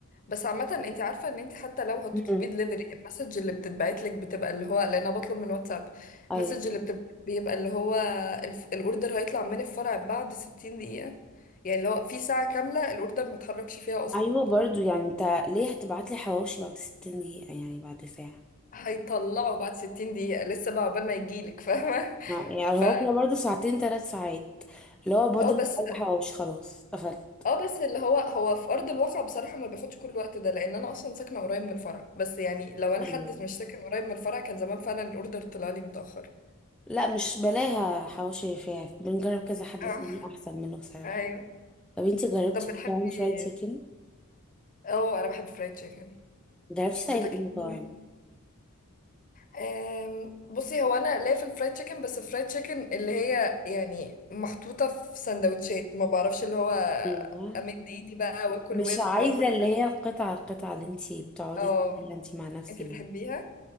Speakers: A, on the left; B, in the centre.
A: بس عامة انت عارفة ان انت حتى لو هتطلبي
B: مم.
A: دليفري المسج اللي بتتبعت لك بتبقى اللي هو لان انا بطلب من واتساب
B: ايوه
A: المسج اللي بتبقى بيبقى اللي هو الف... الاوردر هيطلع من الفرع بعد 60 دقيقة يعني لو في ساعة كاملة الاوردر ما اتحركش فيها اصلا
B: ايوه برضو يعني انت ليه هتبعت لي حواوشي بعد 60 دقيقة يعني بعد ساعة
A: هيطلعه بعد 60 دقيقة لسه بقى عقبال ما يجيلك <laughs> فاهمة
B: ما- يعني
A: ف
B: هو كده برضو ساعتين ثلاث ساعات اللي هو بودر
A: اه بس
B: عايزة حواوشي خلاص قفلت
A: اه بس اللي هو هو في ارض الواقع بصراحة ما بياخدش كل الوقت ده لان انا اصلا ساكنة قريب من الفرع بس يعني لو انا
B: ايوه
A: حد مش ساكن قريب من الفرع كان زمان فعلا الاوردر طلع لي متأخر
B: لا مش بلاها حواوشي رفاعي بنجرب كذا
A: <laughs>
B: حد
A: اه
B: تاني احسن منه بصراحة
A: ايوه
B: طب انت جربتي
A: طب بتحبي
B: مطاعم فرايد تشيكن
A: اه انا بحب فرايد تشيكن
B: جربتي طيب
A: بتاكلي
B: ايه مطاعم
A: منين؟ أم، بصي هو انا ليا في الفرايد تشيكن بس الفرايد تشيكن اللي هي يعني محطوطه في سندوتشات ما بعرفش اللي هو
B: ايوه
A: امد ايدي بقى واكل
B: مش
A: ورك
B: عايزة
A: واكل
B: اللي
A: ست
B: هي القطعة القطعة اللي انت بتقعدي
A: اه
B: تاكليها انت مع نفسك
A: انتي بتحبيها